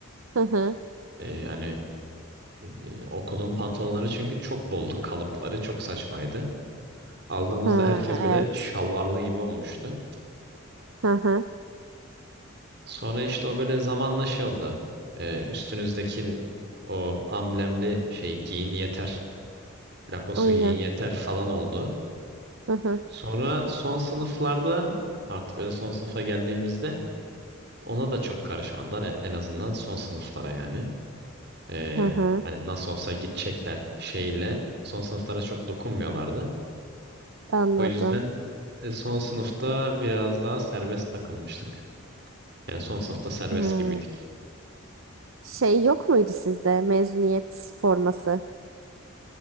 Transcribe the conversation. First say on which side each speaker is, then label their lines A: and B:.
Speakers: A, on the right; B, on the right.
A: Hı hı.
B: Ee, hani e, okulun pantolonları çünkü çok boldu kalıpları çok saçmaydı. Aldığımızda
A: Ha,
B: herkes böyle
A: evet.
B: şalvarlı gibi olmuştu.
A: Hı hı.
B: Sonra işte o böyle zamanla şey oldu. Ee, üstünüzdeki o amblemli şey giyin yeter, Lacoste'u
A: Aynen.
B: giyin yeter falan oldu.
A: Hı hı.
B: Sonra son sınıflarda artık böyle son sınıfa geldiğimizde ona da çok karışmadılar. E- En azından son sınıflara yani. Ee,
A: Hı hı.
B: hani nasıl olsa gidecekler şeyle son sınıflara çok dokunmuyorlardı.
A: Anladım.
B: O yüzden e, son sınıfta biraz daha serbest takılmıştık. Yani son sınıfta serbest
A: Hı.
B: gibiydik.
A: Şey yok muydu sizde mezuniyet forması?